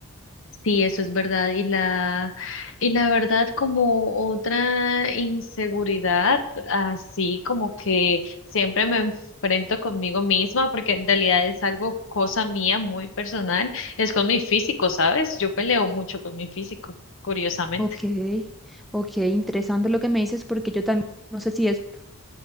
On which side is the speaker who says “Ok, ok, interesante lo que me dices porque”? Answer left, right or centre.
Centre